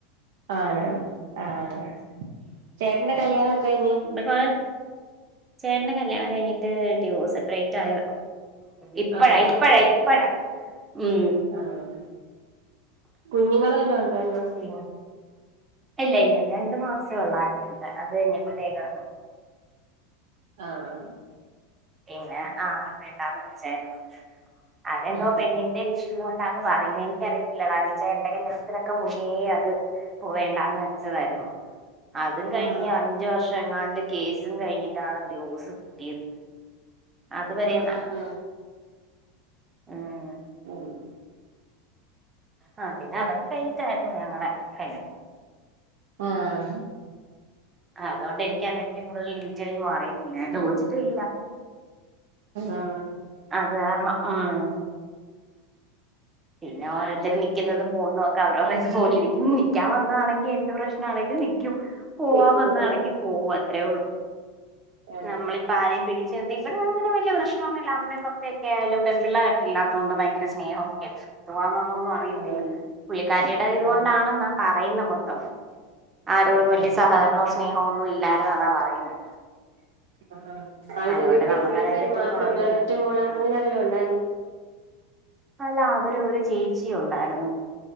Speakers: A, on the right; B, on the right.
A: ആണ് ആഹ് ചേട്ടന്റെ കല്യാണൊക്കെ കഴിഞ്
B: ഇപ്പ ചേട്ടന്റെ കല്യാണം കഴിഞ്ഞിട്ട് ഡിവോഴ്സസെപ്പറേറ്റ് ആയ ഇപ്പഴ
A: ആണോ
B: ഇപ്പഴ ഇപ്പഴ ഇപ്പഴാ ഉം
A: ആഹ് കുഞ്ഞുങ്ങള് വല്ലാംണ്ടായിന്നോ?
B: പി ഇല്ല ഇല്ല രണ്ടു മാസേ ഉള്ളായിര്ന്ന് അതയിഞപതേക്കാ
A: ആഹ്
B: പിന്നെ ആഹ് വേണ്ടാ വെച്ചായിരുന്നു അതെന്തോ
A: ആഹ്
B: പെണ്ണിന്റെ ഇഷ് ണ്ടാന്ന് പറയുന്നെ എനിക്ക് അറിയത്തില്ലെടാ ചേട്ടന്റെ കല്യാണത്തിനൊക്കെ മുന്നേ അത് പോവേണ്ടന്ന് തായിരുന്നു അതും കഴിഞ്ഞഞ്
A: ആഹ്
B: അഞ്ച് വർഷം ണ്ട് കേസും കഴിഞ്ഞിട്ടാണ് ഡിവോസ് കിട്ടിയത് അതുവരെ
A: ആഹ്
B: നടന്നു
A: ആഹ് ആഹ്
B: ഉം
A: ഉം
B: ആ പിന്നെ അതൊക്കെ കഴിഞ്ഞിട്ടായിരുന്നു ഞങ്ങടെ ക
A: ആഹ്
B: ആ അതോണ്ട് എനിക്ക് അതിനെറ്റും കൂടുതൽ ഡീറ്റെയിൽ അറത്തില്ല എന്റെ <unintelligible>
A: ആഹ്
B: അത് കാരണം ഉം പിന്നെ ഓരോരർത്തര് നിക്കുന്നതും പോകുന്നൊക്കെ അവരോരക്ക് പോലെ ഇരിക്കുംന്ന് നിക്കാൻ വന്നാണെങ്കി എന്ത് പ്രശ്ന ആണെങ്കിലും നിക്കും പോവാൻ
A: നിക്കും
B: വന്നതാണെങ്കി
A: അതെ
B: പോകും അത്രേ ഉള്ളൂ
A: അതെ
B: നമ്മള് ഇ ആേ പിടിച്ച് നിർത്തി ഇവിടെ അങ്ങന വല പ്രശനൊന്നുല്ല അമ്മക്കെ ഒക്കൊയാലും പെൺപിള്ളേരൊക്കെ ഇല്ലാത്തോണ്ട് ഭയങ്കര സ്നേഹവും പോവോവന്നുള്ള ഒന്നും അറിയത്തില്ല
A: ആഹ്
B: പുള്ളിക്കാരിയുടെ ഇതുകൊണ്ടാണെന്നാ
A: ആഹ്
B: പറയുന്നെ മൊത്തം ആരോടും
A: ആഹ്
B: വലിയ സഹകരണവും സ്നേഹോ ഒന്നും ഇല്ലാരുന്നതാ പറയുന്നെ
A: ആ ആളിന്റെ
B: അതുകൊണ്ട്
A: വീട്ടിൽ
B: നമുക്കതേപ്പറ്റി
A: പുള്ളിക്കാരീ മാത്രേ
B: ഒന്നും അറിയത്തില്ല
A: ഉള്ള ആൾ ഒറ്റമോള് അ അങ്ങനെ വല്ലോ ഉണ്ടായിരുന്നു
B: അല്ല അവര് ഒരു ചേച്ചിയു ൺണ്ടായിരുന്നു